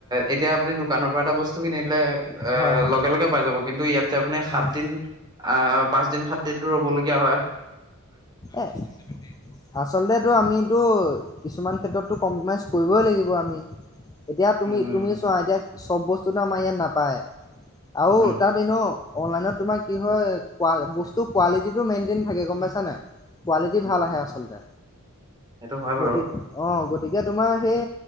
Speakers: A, on the right; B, on the left.
A: এতিয়া আপুনি দোকানৰ পৰা এটা বস্তু কিনিলে,
B: হয় হয়
A: লগে লগে পাই যাব, কিন্তু ইয়াত যে আপুনি সাতিন,
B: হয়
A: পাচ সাত্যিনটো ৰ'বাগে <unintelligible> িয়া হয় <unintelligible>
B: এ', আচলতেটো আমিতো, কিছুমান ক্ষেত্ৰতো কম্প্ৰমাইজ কৰিবই লাগিব আমি। এতিয়া তুমি,
A: উম,
B: তুমি চোৱা এতিয়া চব বস্তু চোন আমাৰ ইয়াত নাপায়। আও
A: উম,
B: তাত ইনো অনলাইনত তোমাৰ কি হয়, বস্তু কোৱালিটিটো মেইনটেইন থাকে, গম পাইছা নাই? কোৱালিটি
A: উম,
B: ভাল আহে
A: হুম,
B: আচলতে,
A: হুম। সেইটো হয় বাৰু
B: গতি, অঁ গতি এতিয়া তোমাৰ সেই